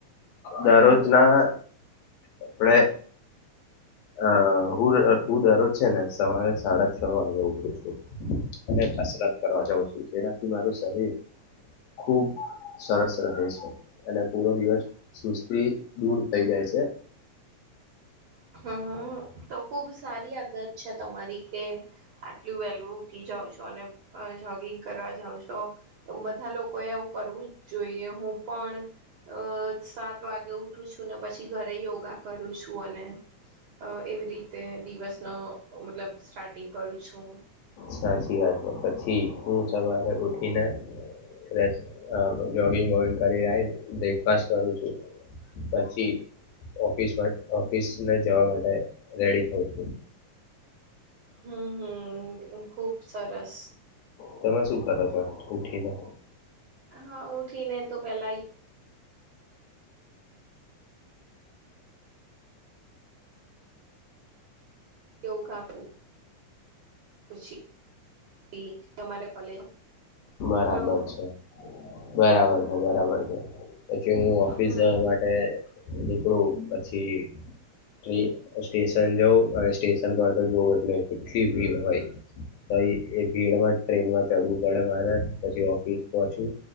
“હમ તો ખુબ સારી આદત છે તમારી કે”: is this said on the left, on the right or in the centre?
Right